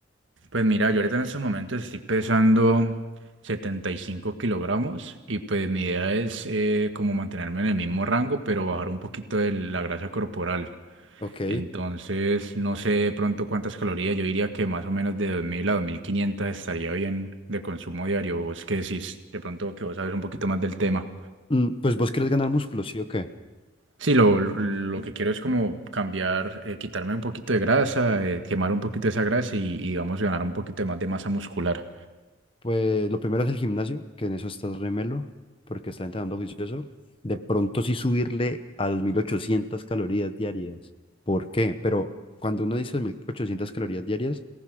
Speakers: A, on the right; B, on the left.
A: pues mira, yo ahorita en estos momentos estoy pesando 75 kilogramos y pues mi idea es eh, como mantenerme en el mismo rango, pero bajar un poquito de la grasa corporal.
B: Ok.
A: Entonces, no sé de pronto cuántas calorías. Yo diría que más o menos de 2000 a 2500 estaría bien de consumo diario. Vos que decís, de pronto que vos sabes un poquito más del tema.
B: Mm, Pues vos querés ganar músculo, ¿sí o qué?
A: Sí, lo, lo lo que quiero es como cambiar, eh, quitarme un poquito de grasa, eh, quemar un poquito esa grasa y, y, digamos, ganar un poquito de más de masa muscular.
B: Pues lo primero es el gimnasio, que en eso estás remelo, porque estás entrenando juicioso. De pronto sí subirle a 2.800 calorías diarias. ¿Por qué? Pero cuando uno dice 2.800 calorías diarias,